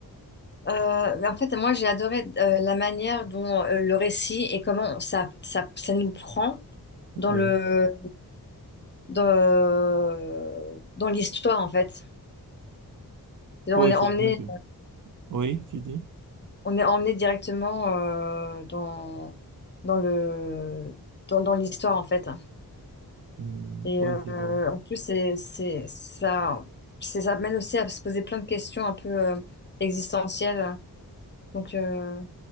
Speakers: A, on the left; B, on the right.
A: Euh, mais en fait, moi, j'ai adoré euh, la manière dont euh, le récit et comment ça, ça, ça nous prend dans
B: Oui.
A: le dans, dans l'histoire, en fait. On
B: Oui,
A: est emmené
B: c'est vrai que... Oui, tu dis?
A: on est emmené directement euh, dans, dans le, dans, dans l'histoire, en fait.
B: Hmm,
A: Et
B: Oui,
A: euh,
B: c'est vrai.
A: en plus, c'est, c'est, ça, c'est- ça mène aussi à se poser plein de questions un peu euh, existentielles. Donc, euh,